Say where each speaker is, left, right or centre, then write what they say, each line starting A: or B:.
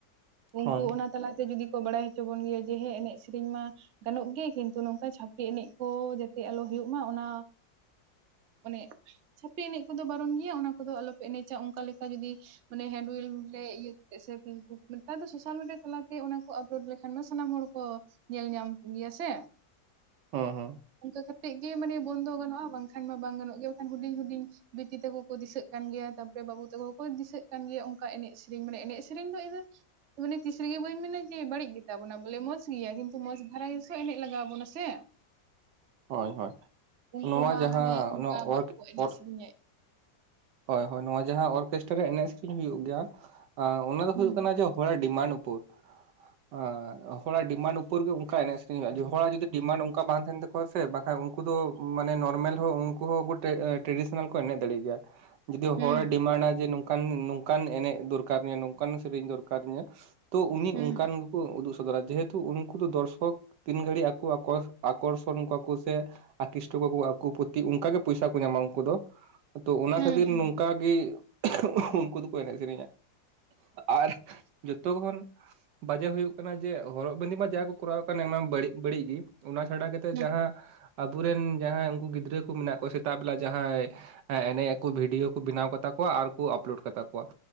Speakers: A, on the right (about 55°); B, on the right (about 70°).
A: ᱩᱱᱠᱩ
B: ᱦᱳᱭ
A: ᱚᱱᱟ ᱛᱟᱞᱟᱛᱮ ᱡᱩᱫᱤ ᱠᱚ ᱵᱟᱲᱟᱭ ᱦᱚᱪᱚ ᱵᱚᱱ ᱜᱮᱭᱟ ᱡᱮ ᱦᱮᱸ ᱮᱱᱮᱡ ᱥᱮᱨᱮᱧ ᱢᱟ ᱜᱟᱱᱚᱜ ᱜᱮ ᱠᱤᱱᱛᱩ ᱱᱚᱝᱠᱟ ᱪᱷᱟᱯᱤ ᱮᱱᱮᱡ ᱠᱚ ᱡᱟᱛᱮ ᱟᱞᱚ ᱦᱩᱭᱩᱜ ᱢᱟ ᱚᱱᱟ ᱢᱟᱱᱮ ᱪᱷᱟᱹᱯᱤ ᱮᱱᱮᱡ ᱠᱚᱫᱚ ᱵᱟᱨᱚᱱ ᱜᱮᱭᱟ ᱚᱱᱟ ᱠᱚᱫᱚ ᱟᱞᱚᱯᱮ ᱮᱱᱮᱡᱟ ᱚᱱᱠᱟᱠᱟ ᱡᱩᱚᱫᱤ ᱢᱟᱱᱮ ᱦᱮᱱᱰᱮᱞ ᱨᱮ ᱤᱭᱟᱹ ᱥᱮ ᱯᱷᱮᱥᱵᱩᱠ ᱱᱮᱛᱟᱨ ᱫᱚ ᱥᱳᱥᱟᱞ ᱢᱤᱰᱤᱭᱟ ᱛᱟᱞᱟᱛᱮ ᱚᱱᱟ ᱠᱚ ᱳᱰ ᱞᱮᱠᱷᱟᱱ ᱢᱟ ᱥᱟᱱᱟᱢ ᱦᱚᱲ ᱠᱚ ᱧᱮᱞ ᱧᱟᱢ ᱠᱚ ᱜᱮᱭᱟ ᱥᱮ
B: ᱦᱮᱸ ᱦᱮᱸ
A: ᱚᱱᱠᱟᱛᱜ ᱜᱮ ᱢᱟᱱᱮ ᱵᱚᱱᱫᱚ ᱜᱟᱱᱚᱜᱼᱟ ᱵᱟᱝᱠᱷᱟᱱ ᱢᱟ ᱵᱟᱝ ᱜᱟᱱᱚᱜ ᱜᱮᱭᱟ ᱵᱟᱝᱠᱷᱟᱱ ᱦᱩᱰᱤᱧ ᱦᱩᱰᱤᱧ ᱵᱤᱴᱤ ᱛᱟᱠᱚ ᱠᱚ ᱫᱤᱥᱟᱹᱜ ᱠᱟᱱ ᱜᱮᱭᱟ ᱛᱟᱨᱯᱚᱨ ᱵᱟᱹᱵᱩ ᱛᱟᱠᱚᱠᱚ ᱫᱤᱥᱟᱹᱜ ᱠᱟᱱ ᱜᱮᱭᱟ ᱚᱱᱠᱟ ᱮᱱᱮᱡ ᱥᱮᱨᱮᱧ ᱢᱟᱱᱮ ᱮᱱᱮᱡ ᱥᱮᱨᱮᱧ ᱫᱚ ᱤᱧ ᱫᱚ ᱢᱟᱱᱮ ᱛᱤᱥ ᱨᱮᱜᱮ ᱢᱟᱹᱱᱟᱧ ᱵᱟᱹᱲᱤᱡ ᱜᱮᱛᱟ ᱵᱚᱱᱟ ᱵᱚᱞᱮ ᱢᱚᱸᱡ ᱜᱮᱭᱟ ᱠᱤᱱᱛᱩ ᱢᱚᱸ ᱫᱷᱟᱨᱟ ᱜᱮᱤᱥ ᱦᱚᱸ ᱮᱱᱮᱡ ᱞᱟᱜᱟᱣ ᱵᱚᱱᱟ ᱥᱮ
B: ᱦᱳᱭ ᱦᱳᱭ
A: ᱩᱱᱠᱩ
B: ᱱᱚᱣᱟ
A: ᱢᱟ
B: ᱡᱟᱦᱟᱸ
A: ᱦᱟᱱᱮ ᱚᱱᱠᱟ
B: ᱚᱱᱟ
A: ᱵᱟᱝᱠᱚ
B: ᱚᱨ
A: ᱮᱱᱮᱡ
B: ᱚᱨ
A: ᱥᱮᱨᱮᱧᱮᱫ
B: ᱦᱳᱭ ᱦᱳᱭ ᱱᱚᱣᱟ ᱡᱟᱦᱟᱸ ᱚᱨᱠᱮᱥᱴᱟᱨ ᱨᱮᱭᱟᱜ ᱮᱱᱮᱡ ᱥᱮᱨᱮᱧ ᱦᱳᱭᱳ ᱜᱮᱭᱟ ᱚᱱᱟ ᱫᱚᱳᱭ
A: ᱦᱩᱸ
B: ᱠᱟᱱᱟ ᱡᱮ ᱦᱚᱲ ᱰᱤᱢᱟᱱᱰ ᱩᱯᱚᱨ ᱦᱚᱲᱟᱜ ᱰᱤᱢᱟᱱᱰ ᱩᱯᱚᱨᱜ ᱜᱮ ᱚᱱᱠᱟ ᱮᱱᱮᱡ ᱥᱮᱨᱮᱧ ᱦᱩᱭᱩᱜᱼᱟ ᱦᱚᱲᱟᱜ ᱡᱩᱫᱤᱰᱤᱢᱟᱱᱰ ᱚᱱᱠᱟ ᱵᱟᱝ ᱛ ᱛᱟᱦᱮᱱ ᱛᱟᱠᱚ ᱥᱮ ᱵᱟᱝᱠᱷᱟᱱ ᱩᱱᱠᱩ ᱫᱚ ᱢᱟᱱᱮ ᱱᱚᱨᱢᱮᱞ ᱦᱚᱸ ᱩᱱᱠᱩ ᱦᱚᱸ ᱩᱱ ᱴᱨᱟᱰᱤᱥᱚᱱᱟᱞ ᱠᱚ ᱮᱱᱮᱡ ᱫᱟᱲᱮ ᱜᱮᱭᱟ ᱡᱩᱫᱤ ᱦᱚᱲᱮ
A: ᱦᱩᱸ
B: ᱰᱤᱢᱟᱱᱰᱟ ᱡᱮ ᱱᱚᱝᱠᱟᱱ ᱱᱚᱝᱠᱟᱱ ᱮᱱᱮᱡ ᱫᱚᱨᱠᱟᱨᱤᱧᱟ ᱱᱚᱝᱠᱟᱱ ᱥᱮᱨᱮᱧ ᱫᱚᱨᱠᱟᱨᱤᱧᱟᱹ ᱛᱚ ᱩᱱᱤ
A: ᱦᱩᱸ
B: ᱚᱱᱠᱟᱱ ᱩᱫᱩᱜ ᱥᱚᱫᱚᱨᱟ ᱡᱮᱦᱮᱛᱩ ᱩᱱᱠᱩ ᱫᱚ ᱫᱚᱨᱥᱚᱠ ᱛᱤᱱ ᱜᱷᱟᱹᱲᱤᱡ ᱟᱠᱚ ᱟᱠᱚᱨᱥᱚᱱ ᱠᱚᱣᱟ ᱠᱚ ᱥᱮ ᱟᱠᱤᱥᱴᱚ ᱠᱚᱠᱚ ᱟᱠᱚ ᱯᱨᱚᱛᱤ ᱚᱱᱠᱟᱜᱮ ᱯᱚᱭᱥᱟ ᱠᱚ ᱧᱟᱢᱟ ᱩᱱᱠᱩ ᱫᱚ ᱛ
A: ᱦᱩᱸ
B: ᱠᱷᱟᱹᱛᱤᱨ
A: ᱦᱩᱸ
B: ᱱᱚᱝᱠᱟᱟᱜ ᱜᱮ ᱩᱱᱠᱩ ᱫᱚᱠᱚ ᱮᱱᱮᱡ ᱥᱮᱨᱮᱧᱟ ᱟᱨ ᱡᱚᱛᱚ ᱦᱚᱲ ᱵᱟᱡᱮ ᱦᱩᱭᱩᱜ ᱠᱟᱱᱟ ᱡᱮ ᱦᱚᱨᱚᱜ ᱵᱟᱸᱫᱮ ᱢᱟ ᱡᱟ ᱠᱚ ᱠᱚᱨᱟᱣ ᱠᱟᱱᱟ ᱚᱱᱟ ᱵᱟᱹᱲᱤᱡ ᱵᱟᱹᱲᱤᱡ ᱜᱮ ᱚᱱᱟ ᱪᱷᱟᱰᱟ ᱠᱟᱛᱮᱜ
A: ᱦᱩᱸ
B: ᱡᱟᱦᱟᱸ ᱟᱵᱚᱨᱮᱱ ᱡᱟᱦᱟᱸᱭ ᱩᱱᱠᱩ ᱜᱤᱫᱽᱨᱟᱹ ᱠᱚ ᱢᱮᱱᱟᱜ ᱠᱚᱣᱟ ᱥᱮᱛᱟᱜ ᱵᱮᱞᱟ ᱡᱟᱦᱟᱸᱭ ᱮ ᱮᱱᱮᱡ ᱵᱷᱤᱰᱭᱳ ᱠᱚ ᱵᱮᱱᱟᱣ ᱠᱟᱛᱟ ᱠᱚᱣᱟ ᱟᱨ ᱠᱚ ᱟᱯᱞᱳᱰ ᱠᱟᱛᱟ ᱠᱚᱣᱟ